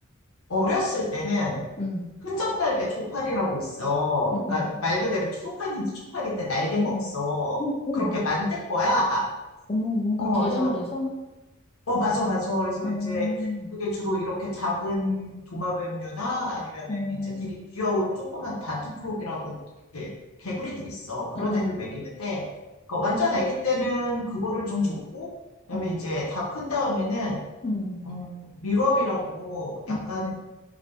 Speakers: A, on the left; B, on the left.
A: 어렸을 때는
B: 음,
A: 끈적 날개 초파리라고 있어.
B: 어, 어,
A: 그러니까 말 그대로 초파리데 초파리인데 날개가
B: 어, 어,
A: 없어.
B: 어, 어머,
A: 그렇게 만든 거야.
B: 어머, 뭔가
A: 어,
B: 개량을
A: 그래서
B: 해서,
A: 어, 맞아, 맞아. 그래서
B: 어,
A: 이제 그게 주로 이렇게 작은 도마뱀류나 아니면은
B: 어,
A: 이제 되게 귀여운 조그만 다트프로기라고 이렇게 개구리들 있어. 그런
B: 어, 어.
A: 애들 먹이는데, 그러니까 완전 아기 때는 그거를 좀 줬고, 그다음에
B: 음,
A: 이제 다 큰 다음에는,
B: 음,
A: 음, 밀웜이라고
B: 음,
A: 약간